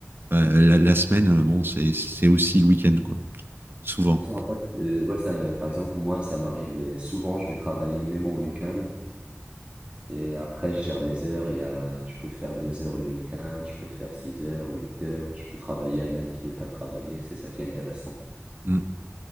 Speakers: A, on the right; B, on the right.
A: Enfin, la, la, semaine, euh, bon, c'est c'est aussi le week-end, quoi. Souvent.
B: c'est ça, en fait, euh, ouais, ça, par exemple, moi, ça m'arrive euh, souvent, je vais travailler même en week-end et après, je gère mes heures. Il y a, je peux faire deux heures le week-end, je peux faire six heures, huit heures, je peux travailler à lundi, ne pas travailler. C'est ça qui est intéressant.
A: Mm.